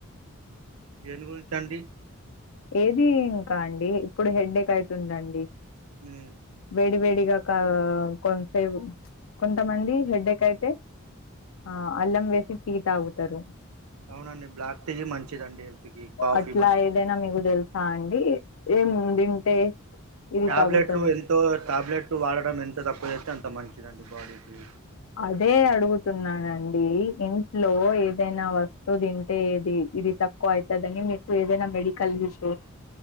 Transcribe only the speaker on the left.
ఏది ఇంకా అండి ఇప్పుడు హెడేక్ అయితుందండి.
వేడివేడిగా కా కొంతసేపు కొంతమంది హెడేక్ అయితే ఆ అల్లం వేసి టీ తాగుతారు.
అట్లా
ఏదైనా మీకు తెలుసా అండి ఏం తింటే? ఇది
తగ్గుతది
అదే అడుగుతున్నానండి ఇంట్లో ఏదైనా వస్తువు తింటే ఏది ఇది తక్కువ అయితదా నిం ఎప్పుటు ఏదైనా మెడికల్ హి స్టోర్